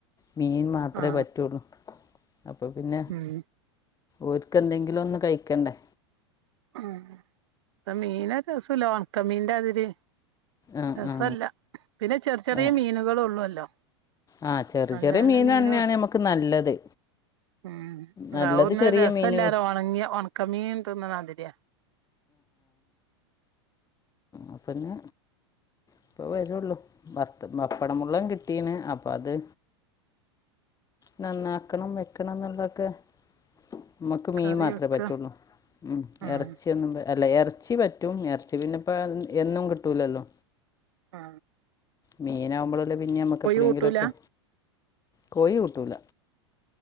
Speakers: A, on the left; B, on the right.
A: മീൻ മാത്രേ
B: ആ
A: പറ്റുള്ളു അപ്പൊ പിന്നെ
B: ഉം
A: ഓർക്കെന്തെങ്കിലും ഒന്നു കഴിക്കണ്ടേ
B: ഉം മീനൊരസുല്ല വാണ്ഉണക്ക മീന്റെ അതിര്
A: ആ
B: രസല്ല
A: ആ
B: പിന്നെ ചെറിയ ചെറിയ
A: ഏ
B: മീനുകളളൊള്ളൂ വല്ലോ
A: ആ ചെറിയ
B: നല്ല
A: ചെറിയ
B: നല്ല
A: മീൻ
B: മീനോ
A: തന്നെയാണ് നമുക്ക് നല്ലത്
B: ഉം
A: നല്ലത്
B: ലാവോമേ
A: ചെറിയ
B: രസല്ലാര
A: മീനുകൾ
B: ഉണങ്ങിയ ഉണക്കമീൻ തിന്നാതി ത്യാ
A: അ പിന്നെ ഇപ്പ വരുള്ളൂ ഭർത്ത പപ്പടമുള്ളം കിട്ടീനെ പ്പത് നന്നാക്കണം വെക്കണം എന്നൊള്ളക്കെ നമ്മക്ക് മീൻ
B: കറി
A: മാത്രമേ
B: വെക്ക
A: പറ്റുള്ളൂ
B: ഉം
A: ഇറച്ചിയൊന്നും അല്ല എറച്ചി പറ്റും എറച്ചി പിന്നെ ഇപ്പ എന്നും കിട്ടൂലല്ലോ
B: ആ
A: മീനാകുമ്പോളല്ലേ പിന്നെ നമ്മക്ക് എപ്പഴേങ്കിലൊക്കെ
B: കൂട്ടൂല
A: കോയി കൂട്ടൂല